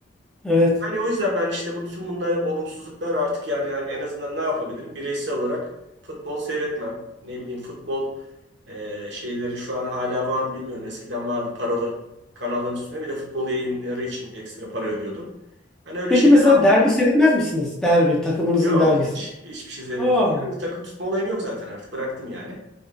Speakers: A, in the centre; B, on the right (about 65°).
A: Evet.
B: Hani o yüzden ben işte bu bütün bunlar olumsuzluklar artık yani, yani en azından ne yapabilirim? Bireysel olarak futbol seyretmem. Ne bileyim futbol e, şeyleri şu an hala var mı bilmiyorum. Eskiden vardı paralı kanalların üstüne bir de futbol yayınları için ekstra para ödüyordun. Hani öyle
A: Peki
B: şeyleri
A: mesela
B: almıyorum.
A: derbi seyretmez misiniz? Derbi. Takımınızın
B: Yok
A: derbisi.
B: hiç hiçbir şey seyretmiyorum.
A: Aa,
B: Takım tutma olayım yok zaten artık bıraktım yani.